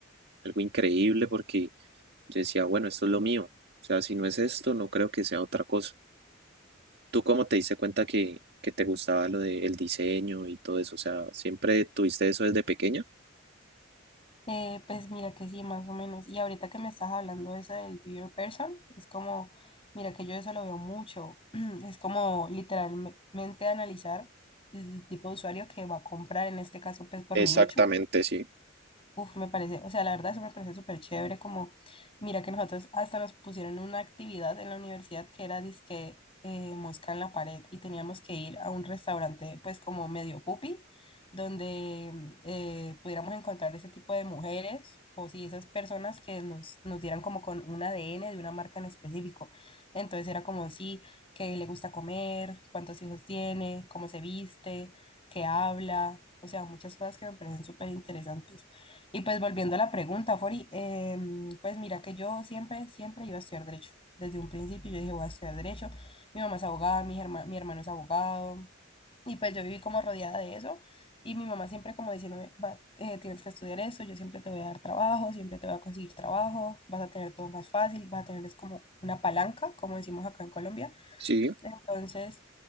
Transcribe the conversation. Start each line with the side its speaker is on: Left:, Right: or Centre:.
Right: algo increíble porque yo decía, bueno, esto es lo mío. O sea, si no es esto, no creo que sea otra cosa. ¿Tú cómo te diste cuenta que, que te gustaba lo del diseño y todo eso? O sea, ¿siempre tuviste eso desde pequeña?
Left: Eh, pues mira que sí, más o menos. Y ahorita que me estás hablando de eso del Be Your Person, es como, mira que yo eso lo veo mucho. <clears throat> Es como literalmente analizar el tipo de usuario que va a comprar, en este caso, pues por
Right: Exactamente,
Left: mi nicho.
Right: sí.
Left: Uf, me parece, o sea, la verdad eso me parece súper chévere, como, mira que nosotros hasta nos pusieron una actividad en la universidad que era disque eh, mosca en la pared y teníamos que ir a un restaurante pues como medio pupi, donde mm, eh, pudiéramos encontrar ese tipo de mujeres o si esas personas que nos, nos dieran como con un ADN de una marca en específico. Entonces era como, sí, qué le gusta comer, cuántos hijos tiene, cómo se viste, qué habla, o sea, muchas cosas que me parecen súper interesantes. Y pues volviendo a la pregunta, Fori, em, pues mira que yo siempre, siempre iba a estudiar derecho. Desde un principio yo dije, voy a estudiar derecho. Mi mamá es abogada, mi herma- mi hermano es abogado. Y pues yo viví como rodeada de eso. Y mi mamá siempre como diciéndome, "Va, eh, tienes que estudiar eso, yo siempre te voy a dar trabajo, siempre te voy a conseguir trabajo, vas a tener todo más fácil, vas a tener es como una palanca, como decimos acá en Colombia.
Right: Sí,
Left: Entonces...